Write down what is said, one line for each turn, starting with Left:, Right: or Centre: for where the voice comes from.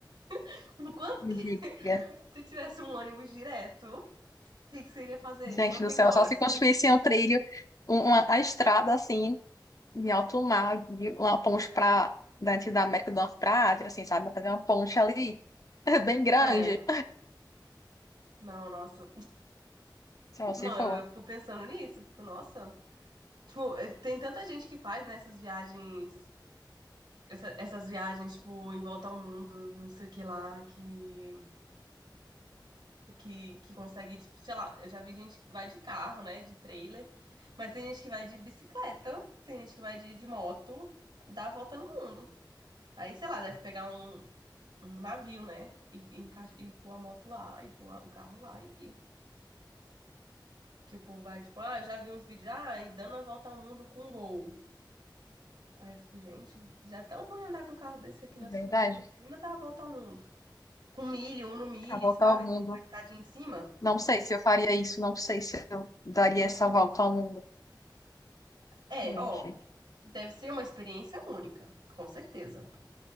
Right: <laughs> Quanto
Left: Me
Right: que.
Left: diga.
Right: Se tivesse um ônibus direto, o que que você iria fazer?
Left: Gente
Right: Quantas
Left: do céu,
Right: horas?
Left: só se construísse um trilho, um- uma, a estrada assim, de alto mar, de uma ponte pra, dentro da América do Norte pra Ásia, assim, sabe? Fazer uma ponte ali, <laughs> bem grande,
Right: Ah, É, não, nossa.
Left: só se
Right: Não,
Left: for,
Right: eu, eu fico pensando nisso. eu Fico, nossa. Tipo, eh, tem tanta gente que faz, né, essas viagens. essa- essas viagens, tipo, em volta ao mundo, não sei o que lá, que que, que consegue, tipo, sei lá, eu já vi gente que vai de carro, né, de trailer, mas tem gente que vai de bicicleta, tem gente que vai de, de moto, dá a volta no mundo. Aí, sei lá, deve pegar um, um navio, né, e, e, encaixa- e pôr a moto lá, e pôr o carro lá, e e que o povo vai, tipo, ah, eu já vi uns vídeos, ah, e dando a volta ao mundo com Gol. Aí eu fico, gente, já é tão ruim andar com um carro desse aqui
Left: de
Right: na cidade,
Left: verdade,
Right: mas ainda dá a volta ao mundo. Com milho, um no milho,
Left: pra voltar
Right: sabe?
Left: ao mundo.
Right: Aquele com a escadinha em cima.
Left: Não sei se eu faria isso, não sei se eu daria essa volta ao mundo.
Right: É,
Left: Gente,
Right: ó, Deve ser uma experiência única, com certeza.